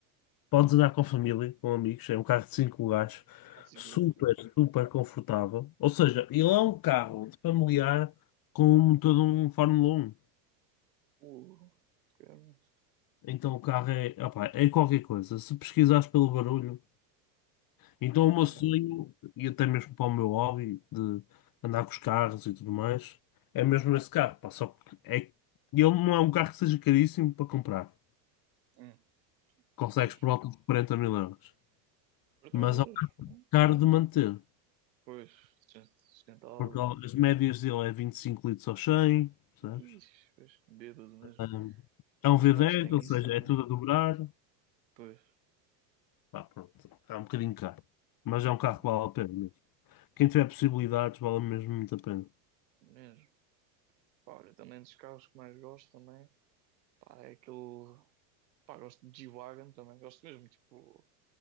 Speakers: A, on the left; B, on the right.
A: Podes andar com a família, com amigos, é um carro de cinco lugares,
B: Ah, de segura.
A: super, super confortável. Ou seja, ele é um carro familiar com um motor de um Fórmula Um,
B: Uh, quero.
A: Então o carro é, opá, é qualquer coisa. Se pesquisares pelo barulho, então
B: Pá,
A: o
B: por
A: meu
B: acaso.
A: sonho, e até mesmo para o meu hobby de andar com os carros e tudo mais, é mesmo esse carro. pá. Só que é, ele não é um carro que seja caríssimo para comprar.
B: Hum,
A: Consegues
B: pois.
A: por volta de 40 mil euros.
B: 40
A: Mas
B: mil euros.
A: é um carro
B: fogo.
A: caro de manter.
B: Pois, sustenta- sustentável
A: Porque
B: e.
A: as médias dele é 25 litros ao 100, sabes?
B: Ixi, pois, bêbado mesmo.
A: Um, é
B: Ah,
A: um
B: mas
A: V10,
B: pronto, tem
A: ou seja,
B: isso também.
A: é tudo a dobrar.
B: Pois,
A: Pá, pronto, é um bocadinho caro. Mas é um carro
B: pois.
A: que vale a pena mesmo. Quem tiver possibilidades, vale mesmo muito a pena.
B: Mesmo. Pá, olha, também dos carros que mais gosto também, pá, é aquele, pá, gosto de G-Wagon também, gosto mesmo, tipo,